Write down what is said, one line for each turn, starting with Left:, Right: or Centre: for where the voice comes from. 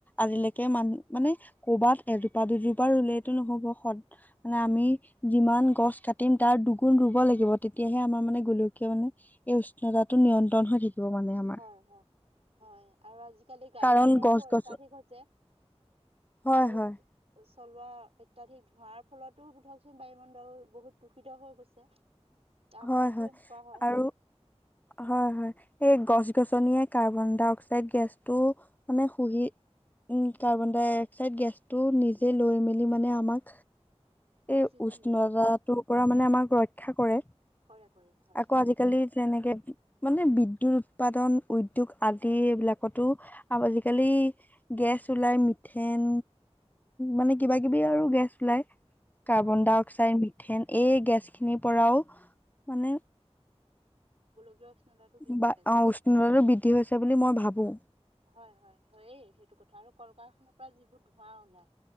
Left: আজিলৈকে মান মানে কৰ'বাত এজোপা-দুজোপা ৰুলেটো নহ'ব, সদ মানে আমি যিমান গছ কাটিম তাৰ দুগুণ ৰুব লাগিব তেতিয়াহে আমাৰ মানে গোলকীয়া মানে এই উষ্ণতাটো নিয়ন্ত্ৰণ হৈ থাকিব মানে আমাৰ।
Right: হয় হয় হয় আৰু আজিকালি গাড়ী-মটৰ
Left: কাৰণ গছ
Right: বোৰ
Left: গছ
Right: অত্যাধিক হৈছে।
Left: হয়
Right: গাড়ী-মটৰ
Left: হয়
Right: চলোৱা অত্যাধিক ধোঁৱাৰ ফলতো ধৰকচোন বায়ুমণ্ডল বহুত দূষিত হৈ গৈছে। তাৰ
Left: হয়
Right: ফলতো
Left: হয়
Right: এনেকুৱা হয়।
Left: আৰু হয় হয়, এই গছ গছনিয়ে কাৰ্বন-ডাই-অক্সাইড গেছ টো মানে শুহি, উম কাৰ্বন ডাই অক্সাইড গেছ টো নিজে লৈ মেলি মানে আমাক এই
Right: অক্সিজেন
Left: উষ্ণতা
Right: দিয়া
Left: টোৰ পৰা মানে আমাক ৰক্ষা কৰে।
Right: কৰে কৰে হয়।
Left: আকৌ আজিকালি যেনেকে মানে বিদ্যুৎ উৎপাদন, উদ্যোগ আদি এইবিলাক ক'তো আৰু আজিকালি গেছ ওলাই মিথেন মানে কিবা কিবি আৰু গেছ ওলাই। কাৰ্বন-ডাই-অক্সাইড,
Right: হয় হয়
Left: মিথেন, এই গেছ খিনিৰ পৰাওঁ, মানে
Right: গোলকীয় উষ্ণতাটো বৃদ্ধি
Left: বা
Right: পাইছে।
Left: <unintelligible> বৃদ্ধি হৈছে বুলি, মই ভাৱোঁ।
Right: হয়, হয়! হয়েই সেইটো কথা। আৰু কল- কাৰখানাৰ পৰা যিবোৰ ধোঁৱা ওলাই।